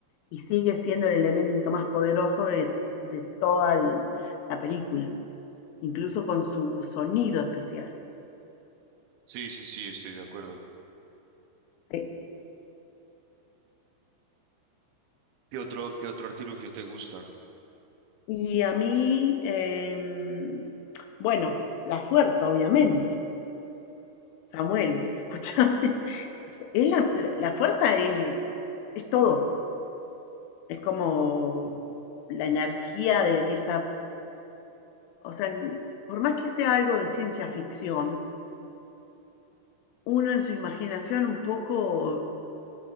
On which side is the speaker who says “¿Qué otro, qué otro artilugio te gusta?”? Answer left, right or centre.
Right